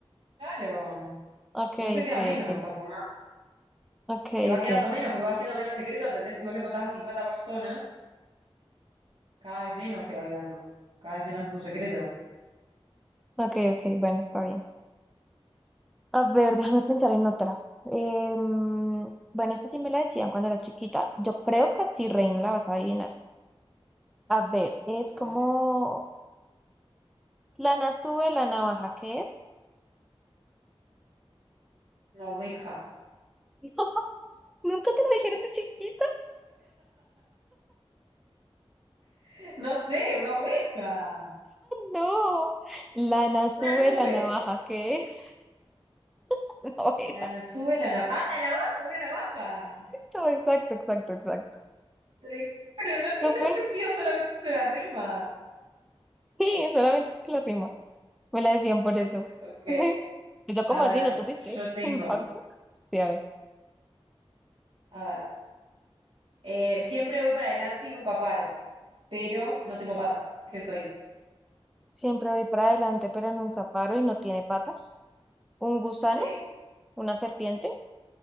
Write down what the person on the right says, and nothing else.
Claro.
Por eso te queda
menos,
cuanto más.
Te va
quedando menos, porque va siendo menos secreto, ¿entendés? Si vos le contás a 50 personas, cada vez menos te va quedando. Cada vez menos es un secreto.
No
sé.
Una oveja.
<laughs> No sé, una oveja,
una nube.
La na- sube la navaja. Ah, la navaja, una navaja.
Pero, ex- <laughs> pero no
tiene <laughs> sentido, solamente es una rima.
Ok,
a
ver,
yo tengo.
A ver, eh, siempre voy para adelante y nunca paro, pero no tengo patas. ¿Qué soy?
Sí.